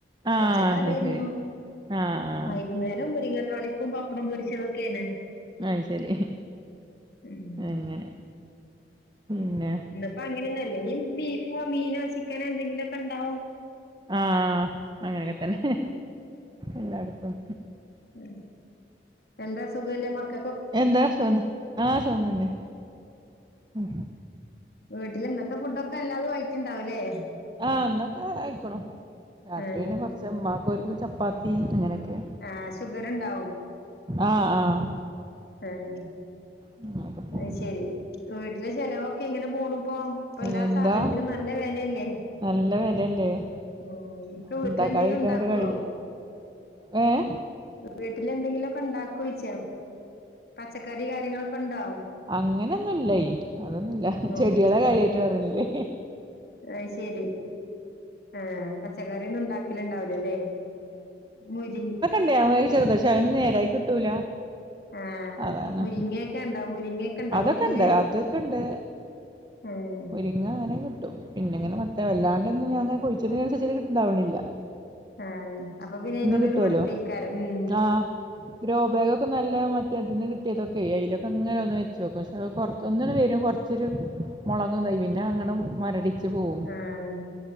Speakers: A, on the right (about 25°); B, on the left (about 60°).
A: ആഹ്
B: ഉച്ചക്ക്‌ അതേരുന്നു
A: അത് ശരി ആഹ് ആഹ്
B: വൈകുന്നേരം മുരിങ്ങാ താളി പ്പും പപ്പടം പൊരിച്ചതൊക്കെണ്‌.
A: അഹ് ‌ ശരി.
B: <unintelligible>
A: അങ്ങനെ പിന്നെ.
B: ഇന്ന്‌പ്പോ അങ്ങനെ അന്നെ അല്ലേ ഇഞ്ഞ് ബീഫോ മീനോ ചിക്കനോ എന്തെങ്കിലൊക്കെ ഇണ്ടാവും.
A: ആഹ് അങ്ങനെക്കെ തന്നെ എല്ലാട്ത്തും.
B: ഉം എന്താ സുഖല്ലേ മക്
A: എന്താ സുഖന്നെ ആഹ് സുഖം തന്നെ ഉം
B: വീട്ടില് ഇന്നത്തെ ഫുഡൊക്കെ എല്ലാതും ആയിട്ടുണ്ടാവുല്ലേ.
A: ആഹ് ഇന്നൊക്കെ അയിക്ക്‌ണു രാത്രി
B: ഏഹ്
A: പിന്നെ കൊറച്ച് ഇമ്മാക്ക്‌ ഒരു ചപ്പാത്തി അങ്ങനെക്കെ
B: ഏഹ് ഷുഗറ് ഉണ്ടാവും.
A: ആഹ് ആഹ്
B: ഏഹ്
A: അങ്ങനെയൊക്കെ പോവും
B: ഏഹ് ശരി വീട്ടിലെ ചെലവൊക്കെ എങ്ങനെ പോണു ഇപ്പോ? ഇപ്പൊ
A: പിന്നെ
B: എല്ലാ
A: എന്താ
B: സാധനത്തിനും നല്ല വെലെ അല്ലേ.
A: നല്ല വെലല്ലേ
B: ഓഹ് ഇക്ക
A: നമ്മള്
B: വീട്ടിലെന്തേലും
A: ഇണ്ടാക്കാതിരിക്കാനായിട്ട്
B: ഇണ്ടാക്കോ?
A: കഴിയില്ല ഏഹ്
B: വീട്ടില് എന്തെങ്കിലൊക്കെ ഇണ്ടാക്കോയ്ച്ച്യ പച്ചക്കറി കാര്യങ്ങളൊക്കെ ഉണ്ടോ.
A: അങ്ങനെൊന്നും ഇല്ലയ് അതൊന്നുല്ല
B: ഉം
A: ചെടിയളാ കാര്യായിട്ട് ഇവ്ടെല്ലേ.
B: അയ്‌ ശരി ആഹ് പച്ചക്കറി ഒന്നും ഇണ്ടാ ക്ക്ല്ണ്ടാവുലല്ലേ മുരിൻ
A: <unintelligible> ചെറുതാ പഷേ അതോണ്ട് നേരായി കിട്ടൂല.
B: ആഹ്
A: അതാണ്
B: മുരിങ്ങെക്കെ ഇണ്ടൊ മുരിങ്ങെക്കെ ഇണ്ടൊ
A: അതൊക്കെണ്ട്
B: വീട്ടില്
A: അതൊക്കെണ്ട്
B: ഏഹ്
A: മുരിങ്ങ അങ്ങനെ കിട്ടും പിന്നെങ്ങനെ മത്ത വല്ലാണ്ടെന്നും ഞാൻ അങ്ങനെ കുഴിച്ചിടിനനുസച്ച് കി ഇതാവണില്ല.
B: ആഹ് അപ്പൊ പിന്നെ അയിനോട്
A: കിട്ടുവല്ലോ
B: ഒരു മടുപ്പെയ്ക്കാരം ഉം
A: ആഹ് ഗ്രോ ബാഗെക്കെ നല്ല മറ്റേ ഇതിന്ന് കിട്ടീയതൊക്കെ എയ്ലൊക്കെ അങ്ങനെ ഒരോന്ന് വെച്ചോക്കും പക്ഷെ അയ്‌ കൊറച്ച് ഒന്ന്ണ് ‌ വരും കൊർ ചൊരു മൊളകും തൈ പിന്നെ അങ്ങനെ മൊരടി ച്ച് പോവും
B: ആഹ്